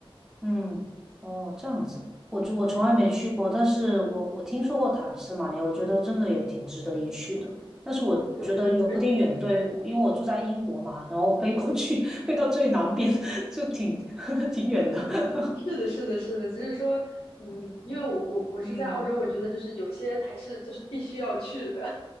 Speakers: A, in the centre; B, on the left.
A: 嗯，哦，这样子，我就我从来没去过，
B: 对
A: 但是我我听说过塔斯马尼亚，我觉得真的也挺值得一去的。但是我觉得有点远，
B: 对，而
A: 对，因为我住在英国嘛，然后飞过去，飞到最南边，就挺 <laughs> 挺远的。
B: 嗯，
A: <laughs>
B: 是的，是的，是的，只是说，嗯，因为我我我是在澳洲，
A: 嗯，
B: 我觉得就是有些还是就是必须要去的，